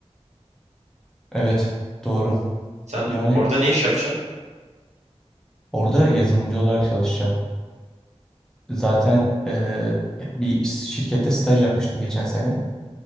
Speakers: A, in the centre; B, on the right.
A: Evet doğru.
B: Sen
A: Yani
B: orada ne iş yapacaksın?
A: orada yazılımcı olarak çalışacağım. Zaten eee, ya bir şirkette staj yapmıştım geçen sene.